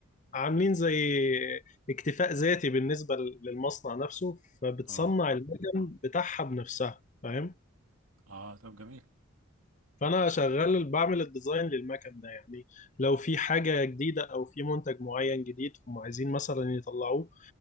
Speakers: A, on the left (about 35°); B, on the right (about 80°).
A: عاملين زي اكتفاء ذاتي بالنسبة للمصنع نفسه فبتصنع
B: اه
A: المكن بتاعها بنفسها فاهم
B: اه طب جميل
A: فانا شغال بعمل الديزاين للمكن ده يعني لو في حاجه جديده او في منتج معين جديد هم عايزين مثلا يطلعوه